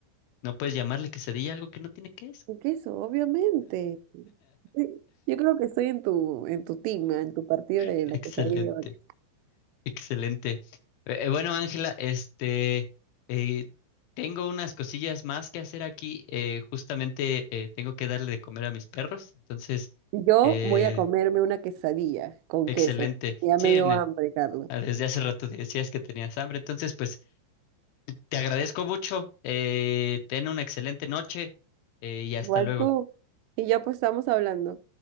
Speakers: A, on the left; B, on the right.
A: No puedes llamarle quesadilla a algo que no tiene queso.
B: El queso, obviamente. Sí, Yo creo que estoy en tu, en tu team, en tu partido
A: <laughs>
B: de
A: Excelente.
B: la quesadilla lleva queso.
A: Excelente. Eh, eh, bueno, Ángela, este, eh, tengo unas cosillas más que hacer aquí. eh, justamente eh, tengo que darle de comer a mis perros. Entonces,
B: Yo
A: eh,
B: voy a comerme una quesadilla con
A: excelente.
B: queso. Ya
A: Sí,
B: me dio
A: ne-
B: hambre, Carlos.
A: ah, desde hace rato decías que tenías hambre. Entonces, pues, te agradezco mucho. eh, ten una excelente noche eh, y hasta
B: Igual
A: luego.
B: tú. Y ya pues estamos hablando.